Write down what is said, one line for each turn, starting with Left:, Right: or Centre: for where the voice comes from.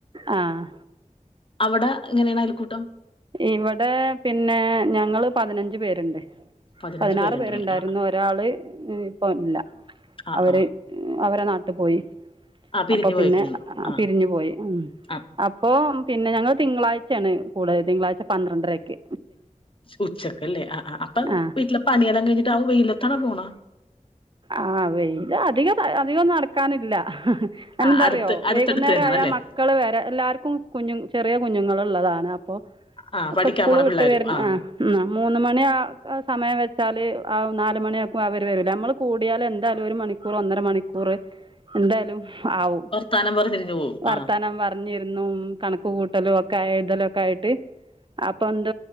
Right: ആഹ്
Left: അവിടെ എങ്ങനെയാണ് അയൽക്കൂട്ടം
Right: ഇവിടെ പിന്നെ ഞങ്ങള് പതിനഞ്ച് പേരുണ്ട്
Left: പതിനഞ്ച്
Right: പതിനാറ്
Left: പേരുണ്ടല്ലേ
Right: പേരുണ്ടായിരുന്നു
Left: ആ
Right: ഒരാള് ഇപ്പ ഇല്ല
Left: ആ
Right: അവര്
Left: ആ
Right: അവരെ നാട്ടിൽ പോയി
Left: ആ പിരിഞ്ഞു
Right: അപ്പൊ പിന്നെ
Left: പോയേക്കണേ ആ
Right: പിരിഞ്ഞു പോയി ഉം
Left: ആ
Right: അപ്പൊ പിന്നെ ഞങ്ങൾ തിങ്കളാഴ്ചയാണ് കൂടുതൽ തിങ്കളായ്ച ന്ത്രണ്ടരൊക്കെ
Left: ഉച്ചക്കല്ലേ ആ അപ്പൊ
Right: ആ
Left: വീട്ടില് പണിയെല്ലാം കഴിഞ്ഞിട്ട് ആ വെയിലെത്താണ പോണ
Right: ആ വെയിലാ അധിക അധികം നടക്കാനില്ല അതെന്താന്നറിയോ
Left: ആ അടുത്ത് അടുത്തടുത്ത്
Right: വൈകുന്നേരായ
Left: തന്നെയാണല്ലേ
Right: മക്കള് വരെ എല്ലാർക്കും കുഞ്ഞു ചെറിയ കുഞ്ഞുങ്ങൾ ഉള്ളതാണ് അപ്പൊ
Left: ആ പഠിക്കാൻ
Right: സ്കൂള്
Left: പോണ
Right: വിട്ട
Left: പിള്ളേരും
Right: വ
Left: ആ
Right: മൂന്ന് മണി സമയം വെച്ചാല് ആ നാ മണിയാക്കും അവര് വരൂല്ലേ നമ്മള് കൂടിയാല് എന്തായാലും ഒരു മണിക്കൂർ ഒന്നര മണിക്കൂർ എന്തായാലും ആവും
Left: വർത്താനം പറഞ്ഞ് തിരിഞ്ഞു പോവും.
Right: വർത്താനം
Left: ആ
Right: പറഞ്ഞിരുന്നും കണ കൂട്ടലോ ഒക്കെ എഴുതലോ ഒക്കെ ആയിട്ട് അപ്പൊ എന്ത